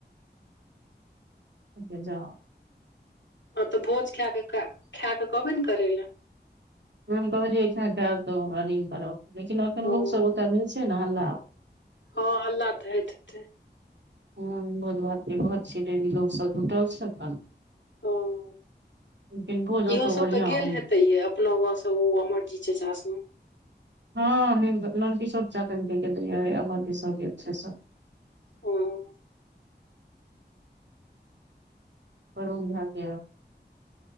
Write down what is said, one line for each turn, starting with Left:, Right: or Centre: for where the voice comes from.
Right: आ जा
Left: हँ तऽ भोज खाय क खाय क कहबे ने करै लए
Right: हम कहलियै इठ आब त ही करब लेकिन अखन
Left: हँ
Right: लोक सब ओत रहै छै ने हल्ला
Left: हँ हल्ला त होेइत हेतै
Right: ह भोज भात के घर छिये डेली लोग सब जुटल छै अपन
Left: ह
Right: लेकिन भोज ओतौ
Left: इहो सब
Right: बढ़िया
Left: त गेल
Right: होय
Left: हेतै ये अपना ओ अमर जी चास
Right: हँ नंन किशोर चाचा कन के गेलेय अमर जी सब गेल छै सब
Left: हँ
Right: करन झाक